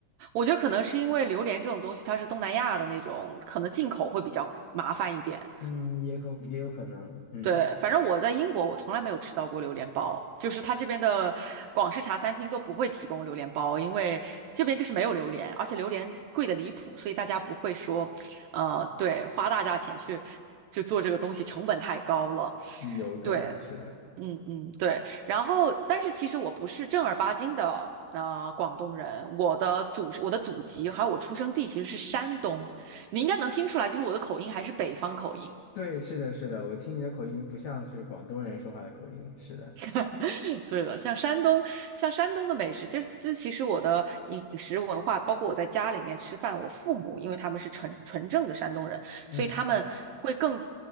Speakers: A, on the right (about 75°); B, on the left (about 60°).
A: 我觉得可能是因为榴莲这种东西它是东南亚的那种，可能进口会比较麻烦一点。
B: 嗯，也可也有可能，嗯，
A: 对，反正我在英国，我从来没有吃到过榴莲包，就是它这边的广式茶餐厅都不会提供榴莲包，因为这边就是没有榴莲，而且榴莲贵的离谱，所以大家不会说，呃，对，花大价钱去就做这个东西，成本太高了。
B: 也有可能是的，
A: 对，嗯嗯，对。然后，但是其实我不是正儿八经的呃广东人，我的祖我的祖籍还有我出生地其实是山东，你应该能听出来，就是我的口音还是北方口音。
B: 对，是的，是的，我听你的口音不像是广东人说话的口音，是的，
A: <laughs> 对的，像山东，像山东的美食，其实其实其实我的饮食文化，包括我在家里面吃饭，我父母因为他们是纯纯正的山东人，
B: 嗯
A: 所以他们会更